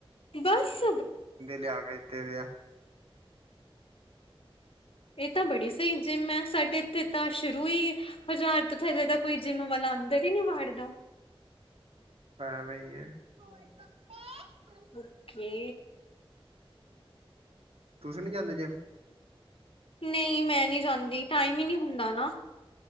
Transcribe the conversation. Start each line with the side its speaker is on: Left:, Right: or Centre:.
Left: ਬੱਸ,
Right: <unintelligible> ਬੰਦੇ ਲਿਆ ਕੇ ਦਿੱਤੇ ਵੇ ਐ।
Left: ਇਹ ਤਾਂ ਬੜੀ ਸਹੀ ਜਿੰਮ ਐ, ਸਾਡੇ ਤੇ ਤਾਂ ਸ਼ੁਰੂ ਹੀ, ਹਜ਼ਾਰ, ਥੱਲੇ ਤਾਂ ਕੋਈ ਜਿੰਮ ਵਾਲਾ ਅੰਦਰ ਹੀ ਨਹੀ ਵਾੜਦਾ
Right: ਐਵੇਂ <unintelligible>
Left: ਓਕੇ,
Right: ਤੁਸੀ ਨੀ ਜਾਂਦੇ ਜਿਮ?
Left: ਨਹੀ ਮੈਂ ਨੀ ਜਾਂਦੀ। ਟਾਈਮ ਹੀ ਨੀ ਹੁੰਦਾ ਨਾ